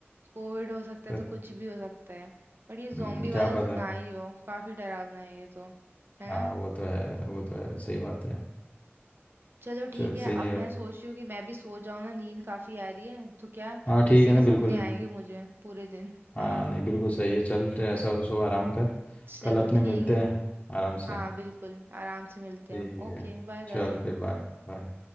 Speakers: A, on the right (about 55°); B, on the left (about 30°).
A: कोविड हो सकता
B: तो,
A: है तो कुछ भी हो सकता है पर ये जोम्बी
B: हम्म,
A: वाला
B: क्या पता
A: तो ना ही हो काफी डरावना है ये तो है
B: हाँ
A: ना
B: वो तो है वो तो है सही बात है
A: चलो ठीक
B: चल
A: है
B: सही
A: अब
B: है
A: मैं सोच रही हूँ कि मैं भी सो जाऊँ ना नींद काफी आ रही है तो क्या
B: हाँ ठीक
A: इसी
B: है
A: के
B: ना
A: सपने
B: बिल्कुल
A: आएंगे मुझे पूरे दिन
B: हाँ
A: हाँ
B: नहीं बिल्कुल सही है चल तो ऐसा हो तो सो आराम कर
A: चलो
B: कल अपने
A: ठीक
B: मिलते
A: है ठीक
B: हैं
A: है।
B: आराम से
A: हाँ बिल्कुल आराम से मिलते
B: ठीक
A: हैं हम Okay
B: है
A: bye bye
B: चल फिर बाय बाय